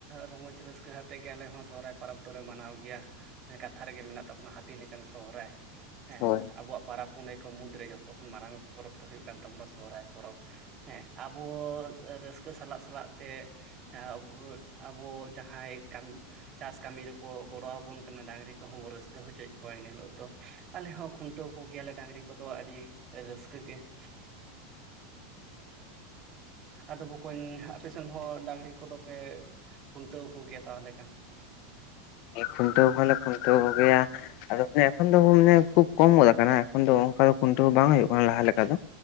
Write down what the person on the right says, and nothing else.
ᱨᱚᱢᱚᱡᱽ ᱨᱟᱹᱥᱠᱟᱹ ᱠᱟᱹ ᱦᱟᱛᱮᱫ ᱜᱮ, ᱟᱞᱮ ᱦᱚᱸ, ᱥᱚᱦᱚᱨᱟᱭ ᱯᱚᱨᱚᱵᱽ ᱫᱚᱞᱮ, ᱢᱟᱱᱟᱣ ᱜᱮᱭᱟ ᱾ ᱠᱟᱛᱷᱟ ᱨᱮᱜᱮ, ᱢᱮᱱᱟᱜ ᱛᱟᱵᱚᱱᱟ, ᱦᱟᱹᱛᱤ ᱞᱮᱠᱟᱱ ᱥᱚᱦᱨᱟᱭ ᱾ ᱦᱮᱸ,
ᱟᱵᱚᱣᱟᱜ ᱯᱟᱨᱟᱵᱽ ᱯᱩᱱᱟᱹᱭ ᱠᱚ, ᱢᱩᱫᱽᱨᱮ ᱡᱚᱛᱚ ᱠᱷᱚᱱ, ᱢᱟᱨᱟᱝ ᱯᱚᱨᱚᱵᱽ ᱫᱚ, ᱦᱩᱭᱩᱜ ᱠᱟᱱ ᱛᱟᱵᱚᱱᱟ, ᱥᱚᱦᱨᱟᱭ ᱯᱚᱨᱚᱵᱽ, ᱦᱮᱸ, ᱟᱵ ᱟᱵᱚ, ᱨᱟᱹᱥᱠᱟᱹ ᱥᱟᱞᱟᱜ, ᱥᱟᱞᱟᱜ ᱛᱮ, ᱟᱵᱚ, ᱮᱸᱼ ᱟᱵᱚ ᱡᱟᱦᱟᱸᱭ, ᱠᱟᱢ ᱪᱟᱥ ᱠᱟᱹᱢᱤ ᱨᱮᱠᱚ, ᱜᱚᱲᱚ ᱟᱵᱚᱱ ᱠᱟᱱᱟ, ᱰᱟᱝᱨᱤ ᱠᱚᱦᱚᱸ, ᱵᱚᱱ ᱨᱟᱹᱥᱠᱟᱹ ᱦᱚᱪᱚ ᱭᱮᱫ ᱠᱚᱣᱟ, ᱮᱱ ᱦᱤᱞᱳᱜ ᱫᱚ ᱟᱞᱮ ᱦᱚᱸ, ᱠᱷᱩᱱᱴᱟᱹᱣ ᱠᱚ ᱜᱮᱭᱟ ᱞᱮ, ᱰᱟᱹᱝᱨᱤ ᱠᱚᱫᱚ, ᱟᱹᱰᱤ ᱨᱟᱹᱥᱠᱟᱹ ᱜᱮ ᱾ ᱟᱫᱚ, ᱵᱚᱠᱚᱧ, ᱟᱯᱮ ᱥᱮᱱ ᱦᱚᱸ, ᱰᱟᱝᱨᱤ ᱠᱚᱫᱚ ᱯᱮ ᱠᱷᱩᱱᱴᱟᱹᱣ ᱠᱚ ᱜᱮᱭᱟ, ᱛᱟᱦᱚᱞᱮ ᱠᱷᱟᱱ?